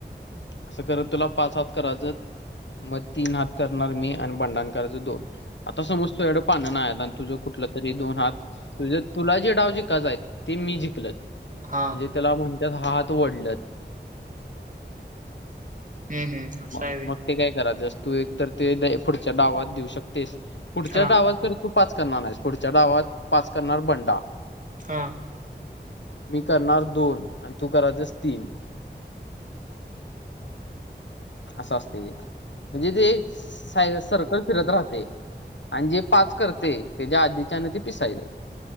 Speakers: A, on the left; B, on the right.
A: असं करत तुला पाच हात करायचं म तीन हात करणार मी आणि बंडण करायचं दोन आता समज तुझ्याकडे पानं नाय आणि तुझं कुठ ठला तरी दोन हात तुला जे डाव जिकायच आहे ते मी जिकलं
B: हा
A: म्हणजे त्याला म्हणतात हात वढल्यात.
B: हम्म हम्म. असं
A: म
B: आहे व्हय
A: मग ते काय करायतस तू एक तर ते डे पुढच्या डावात देऊ शकतेस पुढच्या
B: हा
A: डावात कर तू पाच करणार आहेस पुढच्या डावात पाच करणार बंडा
B: हा
A: मी करणार दोन आणि तू करायचस तीन असं असते हे म्हणजे ते साय सर्कल फिरत राहते. आणि जे पाच करते त्याच्या आधीच्या न ते पिसायच.